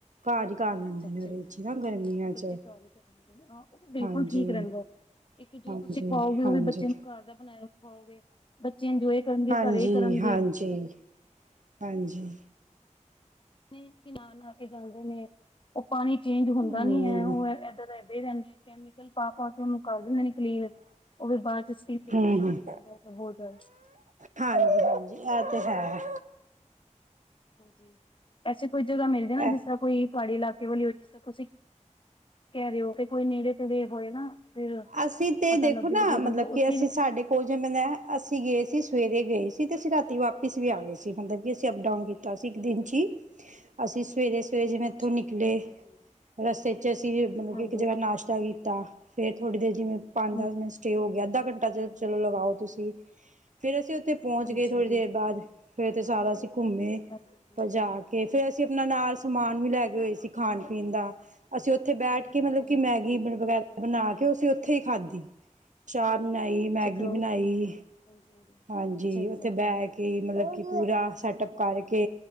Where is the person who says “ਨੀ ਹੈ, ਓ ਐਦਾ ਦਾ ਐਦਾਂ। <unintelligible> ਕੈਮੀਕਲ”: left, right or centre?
Left